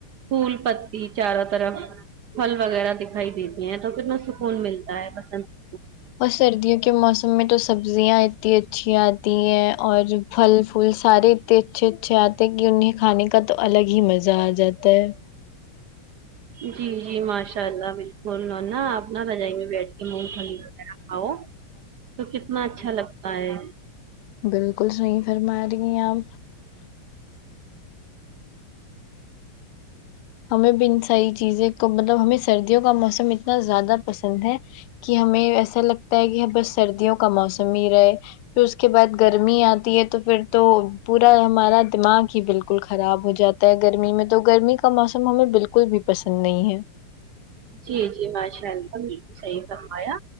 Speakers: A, on the right; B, on the left.
A: پھول پتی چاروں طرف پھل وغیرہ دکھائی دیتی ہیں تو کتنا سکون ملتا ہے قسم سے
B: اور سردیوں کے موسم میں تو سبزیاں اتی اچھی آتی ہیں اور پھل فول سارے اتنے اچھے اچھے آتے ہیں کی انہیں کھانے کا تو الگ ہی مزہ آ جاتا ہے
A: جی جی ماشاء اللہ بالکل نا آپ نا رجائی میں بیٹھ مونگ پھلی کھنا اؤ تو کتنا اچھا لگتا ہے
B: بالکل صحیح فرما رہی ہیں آپ ہمیں بھی ان ساری چیزیں کو مطلب ہمیں سردیوں کا موسم اتنا زیادہ پسند ہے کہ ہمیں ایسا لگتا ہے کہ ہم بس سردیوں کا موسم ہی رہے پھر اس کے بعد گرمی آتی ہے تو پھر تو پورا ہمارا دماغ ہی بالکل خراب ہو جاتا ہے گرمی میں تو گرمی کا کا موسم ہمیں بالکل بھی پسند نہیں ہے
A: جی جی ماشاء اللہ بالکل صحیح فرمایا